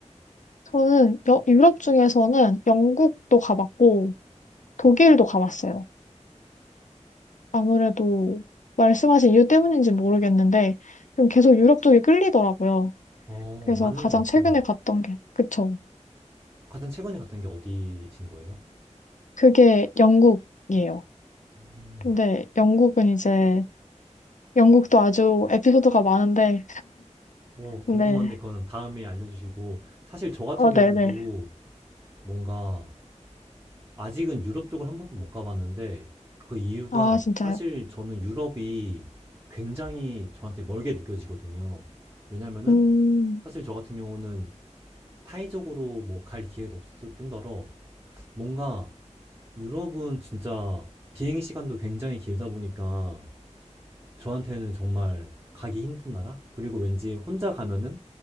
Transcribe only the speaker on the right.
어,
맞는
것
같아요.
가장 최근에 갔던 게 어디신 거예요?
음,
뭐
궁금한데 그거는 다음에 알려주시고 사실 저 같은
경우도
뭔가 아직은 유럽 쪽을 한 번도 못 가봤는데 그 이유가
사실 저는 유럽이 굉장히 저한테 멀게 느껴지거든요. 왜냐면은
사실 저 같은 경우는 타이적으로 뭐 갈 기회도 없었을 뿐더러 뭔가 유럽은 진짜 비행 시간도 굉장히 길다 보니까 저한테는 정말 가기 힘든 나라? 그리고 왠지 혼자 가면은